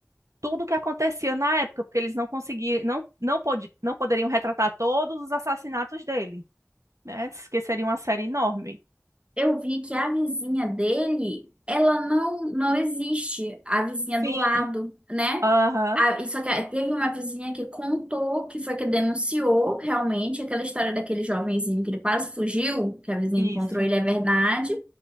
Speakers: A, on the right; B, on the right.
A: tudo o que acontecia na época, porque eles não conseguiam, não, não, podi- não poderiam retratar todos os assassinatos dele, né? Que seria uma série enorme.
B: Eu vi que a vizinha dele, ela não não existe, a vizinha
A: Sim.
B: do lado, né?
A: Aham,
B: A, e só que teve uma vizinha que contou, que foi que denunciou realmente aquela história daquele jovenzinho que ele quase fugiu, que a vizinha
A: isso.
B: encontrou ele, é verdade.